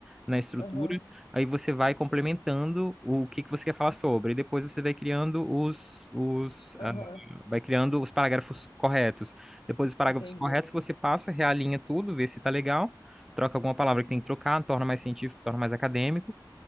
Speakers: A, in the centre; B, on the left.
A: na estrutura,
B: Aham,
A: aí você vai complementando o que que você quer falar sobre, e depois você vai criando os, os,
B: aham,
A: ah, vai criando os parágrafos corretos. Depois dos parágrafos
B: entendi.
A: corretos, você passa, realinha tudo, vê se tá legal, troca alguma palavra que tem que trocar, torna mais científico, torna mais acadêmico.